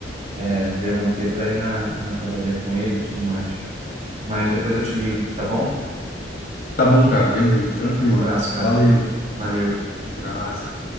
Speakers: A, on the right; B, on the left.
A: é, levantei para ir na, na padaria com ele e tudo mais. Mas depois eu te ligo, tá bom?
B: tá bom, cara. Beleza, tranquilo.
A: Um abraço, cara.
B: Valeu.
A: Valeu.
B: Um abraço.